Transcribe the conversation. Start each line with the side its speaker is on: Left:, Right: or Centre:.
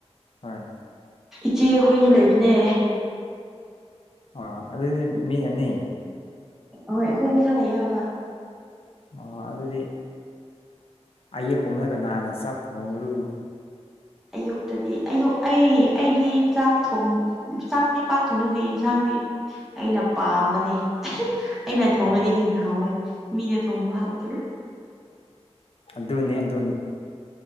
Left: ꯍꯣꯏ
Centre: ꯏ ꯆꯦ ꯑꯩꯈꯣꯏꯅꯤ ꯂꯩꯕꯅꯦ
Left: ꯑ ꯑꯗꯨꯗꯤ ꯃꯤ ꯑꯅꯤ
Centre: ꯍꯣꯏ ꯑꯩꯈꯣꯏ ꯏ ꯈꯌꯦ ꯑ
Left: ꯑꯣ ꯑꯗꯨꯗꯤ ꯑꯌꯦꯛꯀꯨꯝꯕꯗꯒꯅꯥꯟꯅ ꯆꯥꯛ ꯊꯣꯡꯉ꯭ꯔꯨ
Centre: ꯑꯌꯨꯛꯇꯗꯤꯨ ꯑꯩ ꯑꯩꯗꯤ ꯆꯥꯛꯣꯡ ꯆꯥꯛꯇꯤ ꯄꯥꯛ ꯊꯣꯡꯅꯤꯡꯗꯦ ꯏꯟꯁꯥꯡ ꯍꯥꯏꯗꯤ ꯑꯩꯅ ꯄꯥꯝꯕꯅꯦ ꯑꯩꯅ
Left: ꯑꯣ
Centre: ꯊꯣꯡꯉꯗꯤ ꯍꯦꯟꯅ ꯍꯥꯎꯋꯦ ꯃꯤꯅ ꯊꯣꯡꯕ ꯍꯥꯎꯇꯦ
Left: ꯑꯗꯨꯅꯤ ꯑꯗꯨꯅꯦ